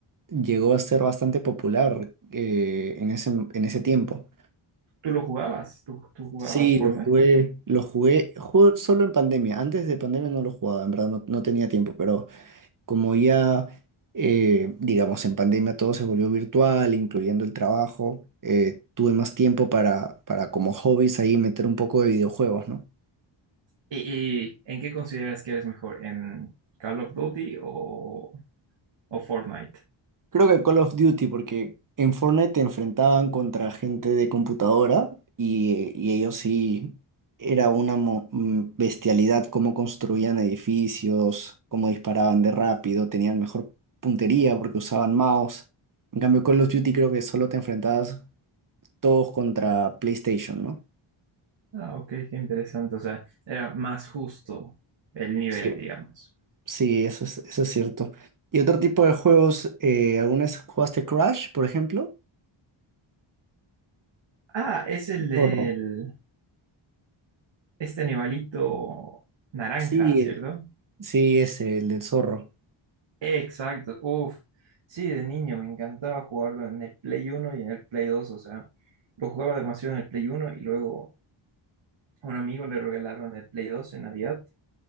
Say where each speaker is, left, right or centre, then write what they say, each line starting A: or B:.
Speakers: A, on the right (about 40°); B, on the right (about 60°).
A: llegó a ser bastante popular eh, en ese, en ese tiempo.
B: ¿Tú lo jugabas? ¿Tú, tú jugabas
A: Sí,
B: Fortnite?
A: lo jugué, lo jugué, jugué solo en pandemia. Antes de pandemia no lo jugaba, en verdad no, no tenía tiempo, pero como ya, eh, digamos, en pandemia todo se volvió virtual, incluyendo el trabajo, eh, tuve más tiempo para, para como hobbies ahí meter un poco de videojuegos, ¿no?
B: ¿Y, y en qué consideras que eres mejor? ¿En Call of Duty o, o Fortnite?
A: Creo que Call of Duty, porque en Fortnite te enfrentaban contra gente de computadora y, y ellos sí, era una mo- mm, bestialidad cómo construían edificios, cómo disparaban de rápido, tenían mejor puntería porque usaban mouse. En cambio, Call of Duty creo que solo te enfrentabas todos contra PlayStation, ¿no?
B: Ah, ok, qué interesante. O sea, era más justo el nivel,
A: Sí.
B: digamos.
A: Sí, eso es, eso es cierto. Y otro tipo de juegos, eh, ¿alguna vez jugaste Crash, por ejemplo?
B: Ah, es el del...
A: Zorro.
B: Este animalito naranja,
A: Sí,
B: ¿cierto?
A: sí, es el del zorro.
B: Exacto. Uf. Sí, de niño me encantaba jugarlo en el Play Uno y en el Play Dos. O sea, lo jugaba demasiado en el Play Uno y luego a un amigo le regalaron el Play Dos en Navidad